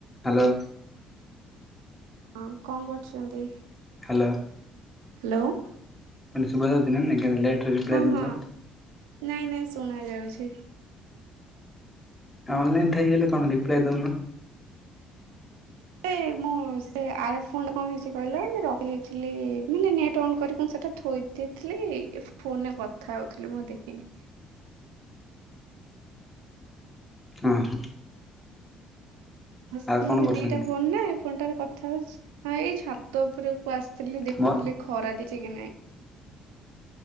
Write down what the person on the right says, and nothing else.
ହଁ କଣ କରୁଛନ୍ତି??
ହ୍ୟାଲୋ
ହଁ
ହଁ ନାଇଁ ନାଇଁ ଶୁଣା ଯାଉଛି।
ଏ ମୁଁ ସେ ଆର ଫ କଣ ହେଇଛି କହିଲ ମୁଁ ରଖିାଇଥିଲି ମାନେ ନେଟ୍ ଅନ୍ କରିକି ସେଟା ଥୋଇ ଦେଇଥିଲି ଫୋନରେ କଥା ହଉଥିଲି ମୁଁ ଦେଖିନି।
ହ
ମାନେ
ଦିଟା ଫୋନ ନା ଫୋନଟାର କଥା ଏଇ ଛାତ ଉପରକୁ ଆସିଥିଲି ଦେଖୁଥିଲି
ଖରା ଦେଇଛି କି ନାଇଁ।